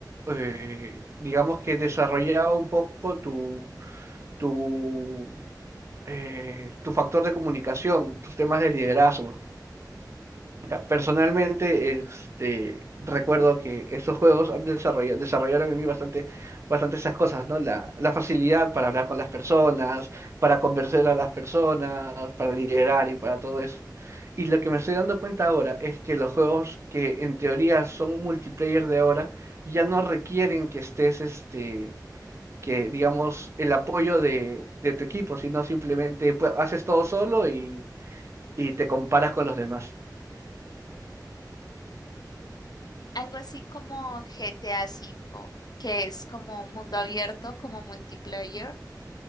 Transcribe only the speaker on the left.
Algo así como GTA V, que es como mundo abierto, como multiplayer.